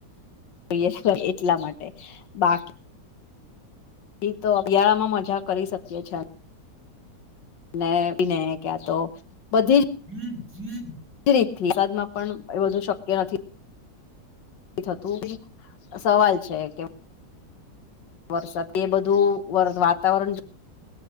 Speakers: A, on the left; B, on the right.
A: જોઈએ છીએ એટલા માટે બાકી એક તો અતિયાારામાં મજા કરી શકે છે વિનય વિનય ક્યાંતો બધી જ
B: હમ હમ <inaudible>
A: રીત થી વરસાદમાં પણ એ વધુ શક્ય નથી. થતું બી સવાલ છે એ કે વરસાદ તે બધું વાતાવરણ